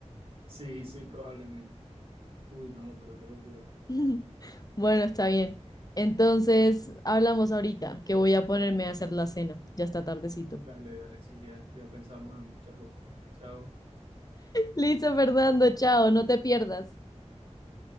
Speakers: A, on the right; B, on the left.
A: Sí, sí, probablemente. Uy, no, pero qué locura.
B: <laughs> Bueno, está bien. Entonces, hablamos ahorita, que voy a ponerme a hacer la cena. Ya está tardecito.
A: Dale, dale, sí, ya, ya pensamos en muchas locuras. Chao.
B: Listo, Fernando, chao, no te pierdas.